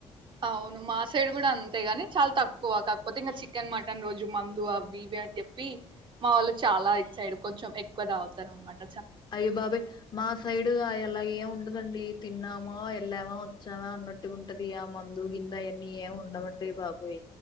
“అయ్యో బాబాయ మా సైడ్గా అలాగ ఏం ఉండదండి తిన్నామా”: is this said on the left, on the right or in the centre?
Left